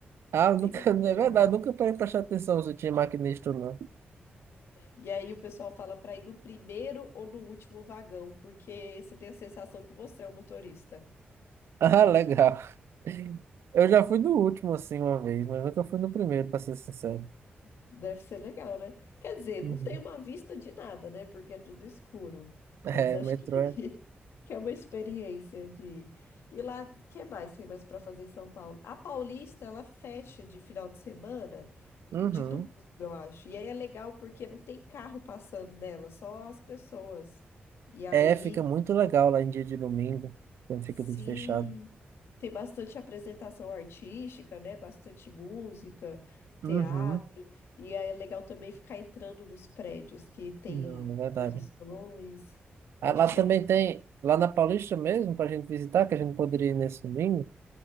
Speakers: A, on the right; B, on the left.
A: Ah, nunca,
B: Bem moderno.
A: <laughs> é verdade, nunca parei pra prestar atenção se tinha maquinista ou não.
B: E aí o pessoal fala para ir no primeiro ou no último vagão, porque você tem a sensação que você é o motorista.
A: Ah, <laughs> legal. Eu já fui no último, assim, uma vez, mas nunca fui no primeiro, pra ser sincero.
B: Deve ser legal, né? Quer dizer,
A: Uhum.
B: não tem uma vista de nada, né? Porque é tudo escuro.
A: É,
B: Mas acho
A: metrô
B: que,
A: é.
B: <laughs> que é uma experiência de. E lá, o que mais tem mais para fazer em São Paulo? A Paulista, ela fecha de final de semana, e
A: Uhum.
B: de domingo, eu acho. E aí é legal porque não tem carro passando nela, só as pessoas. E aí
A: É, fica muito legal lá em dia de domingo, quando fica
B: Sim,
A: tudo fechado.
B: tem bastante apresentação artística, né? Bastante música,
A: Uhum.
B: teatro. E aí é legal também ficar entrando nos prédios que tem
A: Não, é verdade.
B: exposições.
A: Ah,
B: Eu acho
A: lá também
B: legal.
A: tem, lá na Paulista mesmo, pra gente visitar, que a gente poderia ir nesse domingo.